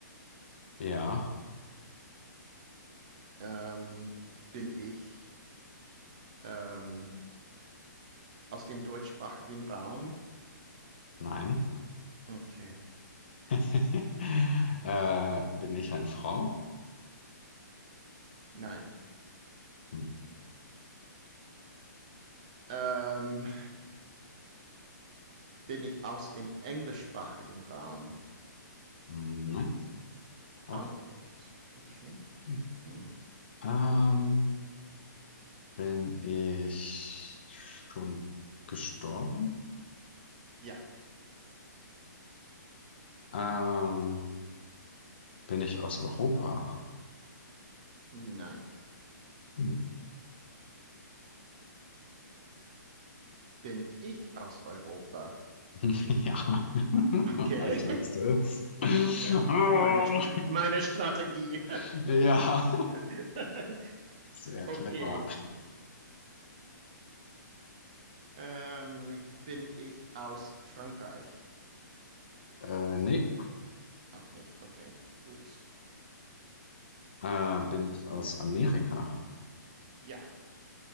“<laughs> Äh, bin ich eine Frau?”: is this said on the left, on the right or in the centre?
Left